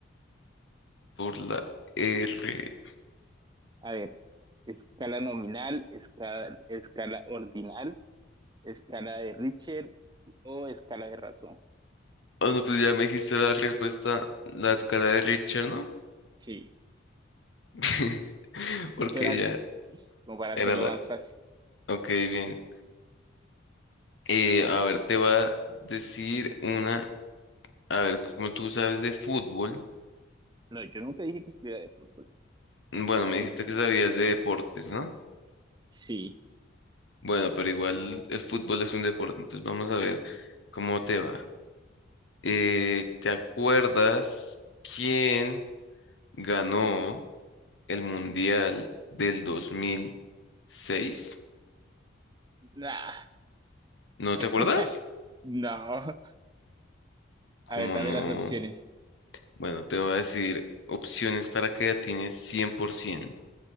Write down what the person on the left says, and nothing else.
Por la R.
Ah, no, pues ya me dijiste la respuesta, la escala de Richter, ¿no?
<laughs>
Porque
ya
era la...
Ok, bien. Eh, a ver, te voy a decir una... A ver, como tú sabes de fútbol,
bueno, me
dijiste que sabías de deportes, ¿no?
Bueno, pero igual el fútbol es un deporte, entonces vamos a ver cómo te va. Eh, ¿te acuerdas quién ganó el Mundial del 2006?
¿No
te acuerdas?
Como
no.
Bueno, te voy a decir opciones para creatines 100%.